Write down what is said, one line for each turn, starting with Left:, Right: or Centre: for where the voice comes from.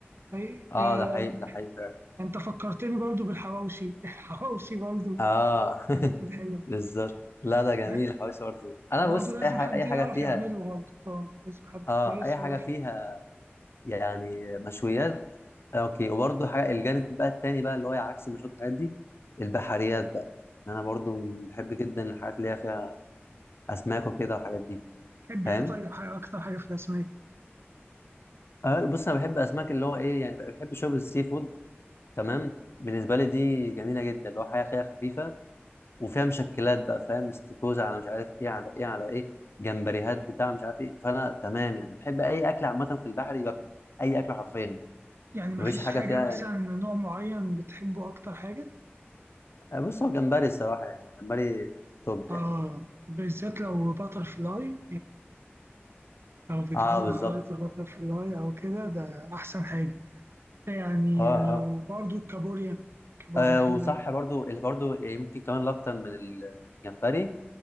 Right: أي-
Left: اه
Right: آه،
Left: ده حقيقي ده حقيقي فعلا
Right: انت فكرتني برضو بالحواوشي <laughs> الحواوشي برضو
Left: اه <laughs>
Right: الحاجات الحلوه
Left: بالظبط لا ده جميل
Right: لا،
Left: الحواوشي برضه انا
Right: برضو
Left: بص
Right: لازم
Left: اي حاجه
Right: حد
Left: اي
Right: يعرف
Left: حاجه فيها
Right: يعمله برضو اه لازم حد
Left: اه
Right: كويس
Left: اي
Right: يعرف
Left: حاجه فيها
Right: يعمله
Left: يعني مشويات آه، اوكي وبرضه حاجه الجانب بقى التاني بقى اللي هو عكس المشويات الحاجات دي البحريات بقى انا برضه من- بحب جدا الحاجات اللي هي فيها اسماك وكده والحاجات دي
Right: تحب
Left: فاهم
Right: ايه طيب حاجه اكتر حاجه في الاسماك
Left: آه بص انا بحب اسماك اللي هو ايه يعني بحب شوربه السي فود تمام بالنسبه لي دي جميله جدا اللي هو حاجه خفيفه وفيها مشكلات بقى فاهم استكوزة على مش عارف ايه على ايه على ايه جمبريهات بتاع مش عارف ايه فانا تمام يعني بحب اي اكل عامه في البحر باكله اي اكل حرفيا
Right: يعني مفيش
Left: مفيش حاجه
Right: حاجه
Left: فيها
Right: مثلا
Left: يعني
Right: نوع معين بتحبه اكتر حاجه
Left: آه، بص هو جمبري الصراحه يعني جمبري توب
Right: اه
Left: يعني
Right: بالذات لو باتر فلاي لو بيتعمل
Left: اه بالظبط
Right: سلطة باترفلاي أو كده ده أحسن حاجة يعني
Left: اه
Right: آه،
Left: اه
Right: وبرضو الكابوريا كابوريا
Left: آه،
Right: حلوة
Left: وصح برضو اللي برضو يمكن كمان الاكتر من الجمبري